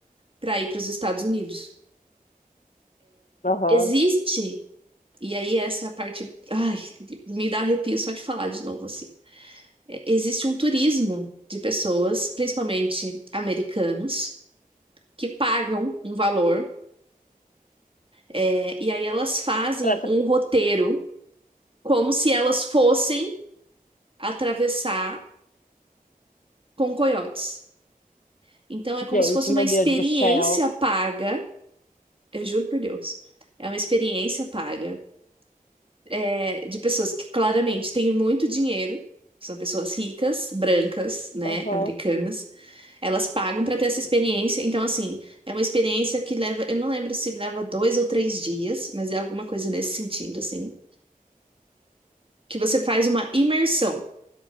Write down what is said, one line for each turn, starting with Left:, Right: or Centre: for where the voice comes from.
Right: pra ir pros Estados Unidos.
Left: Aham.
Right: Existe, e aí essa é a parte, ai, me dá arrepio só de falar de novo assim. É, Existe um turismo de pessoas, principalmente americanos que pagam um valor, é, e aí elas fazem
Left: Praça...
Right: um roteiro como se elas fossem atravessar com coiotes. Então é como
Left: Gente,
Right: se fosse uma
Left: meu
Right: experiência
Left: Deus do céu.
Right: paga, eu juro por Deus, é uma experiência paga, é, de pessoas que claramente têm muito dinheiro, são pessoas ricas, brancas, né,
Left: Aham.
Right: americanas. Elas pagam para ter essa experiência. Então, assim, é uma experiência que leva. Eu não lembro se leva dois ou três dias, mas é alguma coisa nesse sentido, assim. que você faz uma imersão.